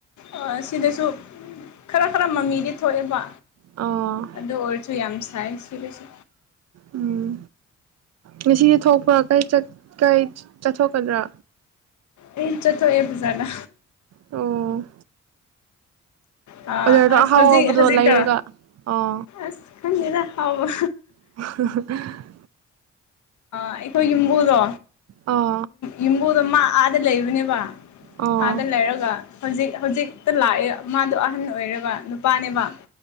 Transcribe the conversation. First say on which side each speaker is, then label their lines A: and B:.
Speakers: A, on the left; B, on the right.
A: ꯑꯣ ꯁꯤꯗꯁꯨ ꯈꯔ ꯈꯔ ꯃꯃꯤꯗꯤ ꯊꯣꯛꯑꯦꯕ
B: ꯑꯣ
A: ꯑꯗꯨ ꯑꯣꯏꯔꯁꯨ ꯌꯥꯝ ꯁꯥꯏ ꯁꯤꯗꯁꯨ
B: ꯎꯝ ꯉꯁꯤꯗꯤ ꯊꯣꯛꯄ꯭ꯔꯥ ꯀꯩ ꯆꯠꯊꯣꯛꯀꯗ꯭ꯔꯥ?
A: ꯑꯩ ꯆꯠꯊꯣꯑꯦ ꯕꯖꯥꯗ
B: ꯑꯣ
A: ꯑ
B: ꯑꯣꯗꯔꯗꯣ ꯑꯍꯥꯎ
A: ꯑꯁ ꯍꯧꯖꯤꯛ
B: ꯑꯍꯥꯎꯕꯗꯣ
A: ꯍꯧꯖꯤꯛꯇ
B: ꯂꯩꯔꯒ ꯑꯣ
A: ꯑꯁ ꯈꯪꯗꯦꯅ ꯍꯥꯎꯕ
B: <inaudible>
A: ꯑꯩꯈꯣꯏ ꯌꯨꯝꯕꯨꯗꯣ
B: ꯑꯣ
A: ꯌꯨꯝꯕꯨꯗꯣ ꯃꯥ ꯑꯥꯗ ꯂꯩꯕꯅꯦꯕ
B: ꯑꯣ ꯑꯣ
A: ꯑꯥꯗ ꯂꯩꯔꯒ ꯍꯧꯖꯤꯛ ꯍꯧꯖꯤꯛꯇ ꯂꯥꯛꯑꯦ ꯃꯥꯗꯣ ꯑꯍꯟ ꯑꯣꯏꯔꯕ ꯄꯥꯅꯦꯕ